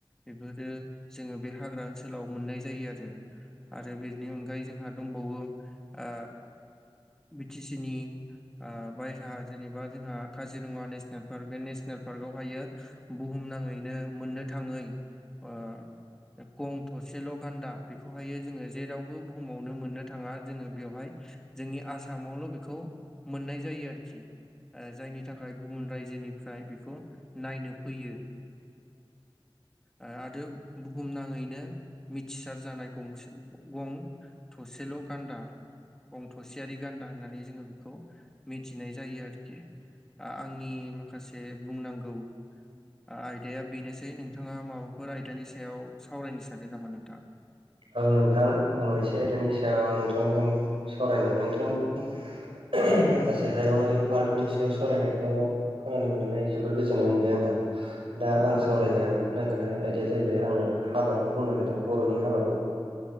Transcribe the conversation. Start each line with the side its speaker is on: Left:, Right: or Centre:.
Centre: बेफोरो जोङो बे हाग्रा ओनसोलाव मोननाय जायो आरो आरो बेनि अनगायै जोंहा दंबावो आ बि टि सि नि आ बायहेरा जेनेबा जोंहा काजिरङा नेसनेल पार्क बे नेसनेल पार्कावहायो बुहुमनाङैनो मोननो थाङै आ गं थसेल' गान्दा बेखौहायो जोङो जेरावबो बुहुमावनो मोननो था ङा जोङो बेवहाय जोंनि आसामावल' बेखौ मोननाय जायो आरोखि ओ जायनि थाखाय गुबुन रायजोनिफ्राय बेखौ नायनो फैयो। आरो बुहुमनाङैनो मिथिसार जानाय गंसे गं थसेल' गान्दा गं थ'सेयारि गान्दा होननानै जोङो बेखौ मिथिनाय जायो आरोखि। आंनि माखासे बुंनांगौ आयदाया बेनोसै नोंथाङा माबाफोर आयदानि सायाव सावरायनो सानदों नामा नोंथा।
Right: औ नोंथां आं मोनसे आयदानि सायाव नोंथांजों सावरायनो नोंथांनि माखासे हायुङारि पार्कनि सायाव सावरायनायखौ खोनानो मोननानै जोबोर गोजोननाय मोनबाय आङो दा आं सावरायनो नागिरनाय आयदाया जाहैबाय आङो हाबाखौ बुंनो नागिरदों बर'नि हाबाखौ